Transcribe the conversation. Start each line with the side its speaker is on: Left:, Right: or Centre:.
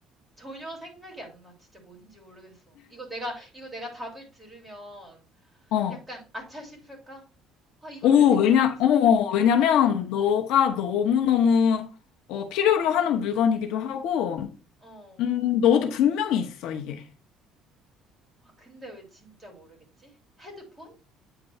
Centre: 전혀 생각이 안 나. 진짜 뭔지 모르겠어. 이거 내가, 이거 내가 답을 들으면
Left: 어.
Centre: 약간 아차 싶을까? 아, 이걸
Left: 오,
Centre: 왜 생각
Left: 왜냐,
Centre: 안 했지?
Left: 어, 어.
Centre: 어,
Left: 왜냐면
Centre: 그래?
Left: 너가 너무너무 어, 필요로 하는 물건이기도 하고,
Centre: 어.
Left: 음, 너도 분명히 있어, 이게.
Centre: 아, 근데 왜 진짜 모르겠지? 헤드폰?